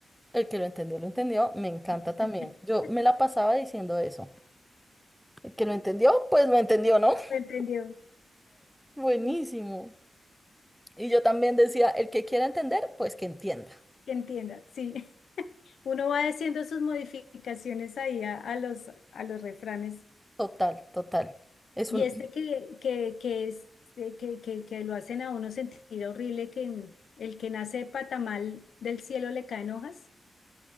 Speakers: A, in the centre; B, on the left.
A: El que lo entendió, lo entendió. Me encanta
B: <laughs>
A: también. Yo me la pasaba diciendo eso. El que lo entendió, pues lo entendió, ¿no? <laughs>
B: Lo entendió.
A: Buenísimo.
B: Pues,
A: Y yo también decía, el que quiera entender, pues que entienda.
B: Que entienda, sí. Uno va haciendo sus modificaciones ahí a, a los, a los refranes.
A: Total, total. Es
B: Y
A: un,
B: este que, que, que, es, eh, que, que, que lo hacen a uno sentir horrible, que el que nace de patamal del cielo le caen hojas,